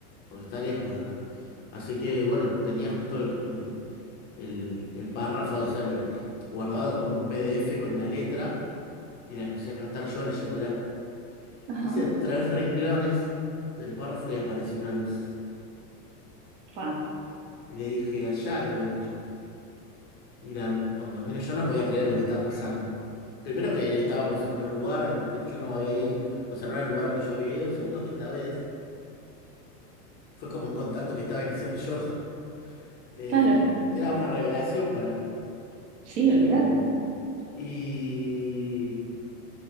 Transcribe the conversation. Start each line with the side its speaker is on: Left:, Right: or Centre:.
Left: porque está lejos de acá. Así que bueno, tenía justo el, eh, el- el párrafo, <laughs> o sea, el- es guardado como un PDF con la letra y la empecé a cantar yo leyéndola.
Right: ajá,
Left: Hice tres renglones del párrafo y apareció una luz.
Right: fa,
Left: Y le dije, allá, le digo a los chicos. Y la- cuando menos yo no podía creer lo que estaba pasando. Primero que estábamos en otro lugar al que yo no había ido, o sea, no era el lugar al que yo había ido, y segundo que esta vez fue como un contacto que estaba iniciando yo. <laughs> Eh,
Right: claro,
Left: era una revelación para mí.
Right: sí,
Left: Eh,
Right: olvídate.
Left: y